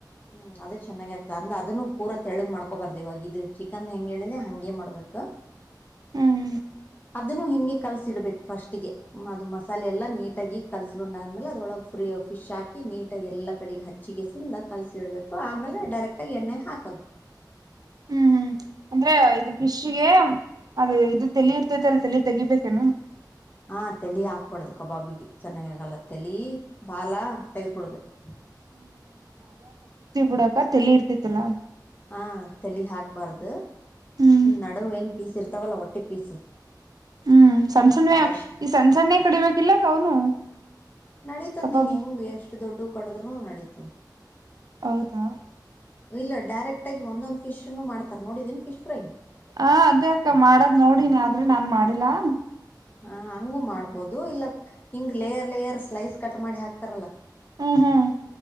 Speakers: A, on the left; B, on the right.
A: ಹ್ಮ್ ಅದದು ಚೆನ್ನಾಗ ಆಗ್ತ ಅಂದ ಅದನ್ನುೂ ಪೂರ ತೆಳಗ್ ಮಾಡ್ಕೋಬಾರ್ದು ಇವಾಗ ಇದು ಚಿಕನ್ದ ಹೆಂಗೆ ಹೇಳಿಲಿ ಹಂಗಗೆ ಮಾಡ್ಬೇಕು ಹ
B: ಹ್ಮ್
A: <inaudible> ಅದನ್ನು ಹಿಂಗೆ ಕಲ್ಸಿ ಇಡ್ಬೇಕು ಫಸ್ಟ್ ಗೆ ಅದು ಮಸಾಲೆ ಎಲ್ಲಾ ನೀಟಾಗಿ ಕಲ್ಸ್ಕೊಂಡ್ ಆದ್ಮೇಲೆ ಅದೊಳಗೆ ಫ್ರೀಯ ಫಿಶ್ ಹಾಕಿ ನೀಟಾಗಿ ಎಲ್ಲ ಕಡೆಗೆ ಹಚ್ಚಿಗೆಸಿಂದ ಕಲಸಿಡಬೇಕು ಆಮೇಲೆ ಡೈರೆಕ್ಟಾಗಿ ಎಣ್ಣೆ ಹಾಕೋದು
B: ಹ್ಮ್ ಅಂದ್ರೆ ಇದು ಫಿಶ್ಗೆ ಅದು ಅದು ತಲಿ ಇರ್ತೈದ ಅಲ್ ತಲಿ ತೆಗಿಬೇಕನು
A: ಹ ತಲಿ ಹಾಕ್ಬಾರಡ್ದು ಕಬಾಬಿಗೆ ಚೆನ್ನಾಗ ಆಗಲ್ಲ ತಲಿ ಬಾಲ ತೆಗೆದಬಿಡ್ಬೇಕು
B: ಬಿಡಕ ತಲ್ಲಿ ಇರ್ತಿತಿಲ
A: ಹ ತಲಿ ಹಾಕ್ಬಾರ್ದು
B: ಹ್ಮ್
A: ನಡು ಏನ್ ಪೀಸ್ ಇರ್ತ ಇರ್ತಾವಲ್ಲ ಹೊಟ್ಟಿ ಪೀಸ್
B: ಹ್ಮ್ ಸಣ್ಣ ಸಣ್ಣ
A: ಅವಷ್ಟ
B: ಈ ಸಣ್ಣ ಸಣ್ಣೇ ಕಡಿಬೇಕಿಲ್ಲಕ ಅವನು.
A: ನಡೀತದ್
B: ಕಬಾಬ್
A: ನೀನ್ ಹೆಂಗ ಎಷ್ಟು ದೊಡ್ಡ ಕೊಡದ್ೂನು ನಡಿತದೆ.
B: ಹೌದಾ.
A: ಇಲ್ಲ ಡೈರೆಕ್ಟ್ ಆಗ ಒಂದೊಂದು ಫಿಶ್ನು ಮಾಡ್ತಾರೆ ನೋಡಿದೀಿ ಫಶ್ ಫ್ರೈ.
B: ಹಾ ಅದೇ ಅಕ್ಕ ಮಾಡದ್ ನೋಡಿನಿ ಆದ್ರೆ ನಾನ್ ಮಾಡಿಲ್ಲಾ.
A: ಹಾ ಹಂಗು ಮಾಡ್ಬೋದು ಇಲ್ಲ ಹಿಂಗ್ ಲೇಯರ್ ಲೇಯರ್ ಸ್ಲೈಸ್ ಕಟ್ ಮಾಡಿ ಹಾಕ್ತಾರಲ್ಲ.
B: ಹ್ಮ್ ಹ್ಮ್.